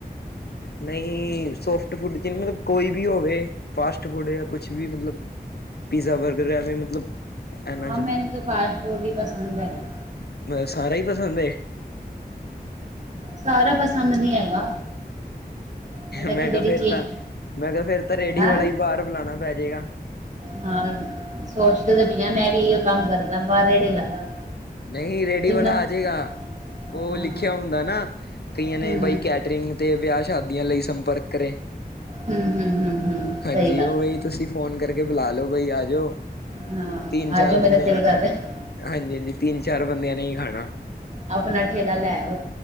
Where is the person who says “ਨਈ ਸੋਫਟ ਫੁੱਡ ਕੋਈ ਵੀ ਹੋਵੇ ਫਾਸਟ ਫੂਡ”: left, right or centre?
Left